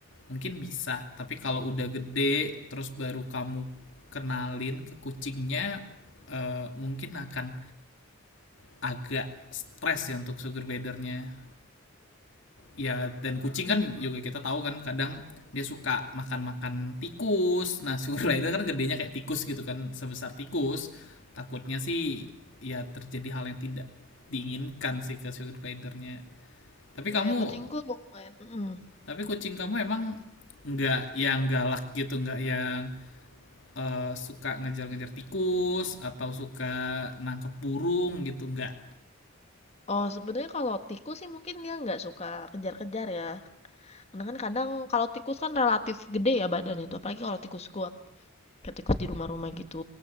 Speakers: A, on the left (about 55°); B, on the left (about 30°).
A: Mungkin bisa, tapi kalau udah gede terus baru kamu kenalin ke kucingnya eh, mungkin akan agak stres ya untuk sugar glidernya. Ya dan kucing kan
B: Hmm.
A: juga kita tahu kan kadang dia suka makan-makan tikus. Nah, <laughs> sugar glider kan gedenya kayak tikus gitu kan, sebesar tikus. Takutnya sih ya terjadi hal yang tidak diinginkan sih ke sugar glidernya. Tapi kamu
B: Oh ya, kucingku lumayan. Mm-mm.
A: tapi kucing kamu emang nggak yang galak gitu nggak yang eh, suka ngejar-ngejar tikus atau suka nangkep burung gitu enggak
B: Oh, sebenarnya kalau tikus sih mungkin dia nggak suka kejar-kejar ya. Karena kan kadang kalau tikus kan relatif gede ya badan itu, apalagi kalau tikus kuat. Ketikus di rumah-rumah gitu.